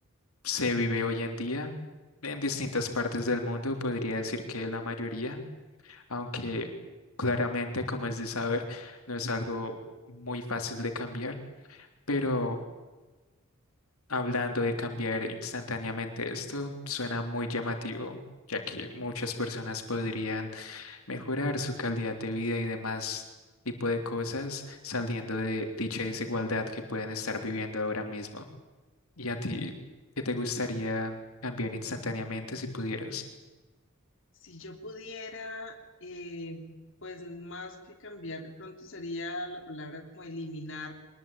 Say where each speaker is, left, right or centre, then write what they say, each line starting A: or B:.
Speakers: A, on the left (about 90°); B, on the left (about 65°).
A: se vive hoy en día en distintas partes del mundo, podría decir que la mayoría, aunque claramente, como es de saber, no es algo muy fácil de cambiar, pero Hablando de cambiar instantáneamente esto, suena muy llamativo, ya que muchas personas podrían mejorar su calidad de vida y demás tipo de cosas saliendo de dicha desigualdad que pueden estar viviendo ahora mismo. ¿Y a ti, qué te gustaría cambiar instantáneamente si pudieras?
B: Si yo pudiera, eh, pues más que cambiar, de pronto sería la palabra como eliminar